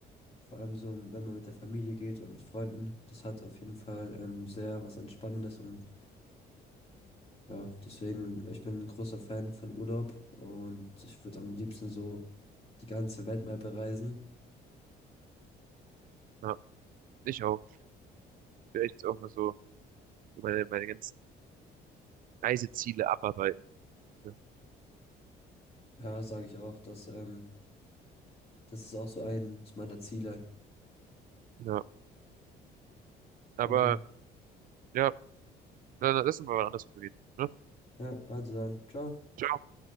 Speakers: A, on the left (about 35°); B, on the right (about 55°).
A: Vor allem so, wenn man mit der Familie geht oder mit Freunden. Das hat auf jeden Fall ähm, sehr was Entspannendes und ja, deswegen, ich bin ein großer Fan von Urlaub und ich würde am liebsten so die ganze Welt mal bereisen.
B: Ja, ich auch. Vielleicht auch mal so so meine, meine ganzen Reiseziele abarbeiten. Ne?
A: Ja, sage ich auch, dass ähm, das ist auch so eins meiner Ziele.
B: Ja, aber
A: Okay.
B: ja, dann lassen wir mal anders drüber reden. Ne?
A: Ja, also dann, ciao.
B: Ciao.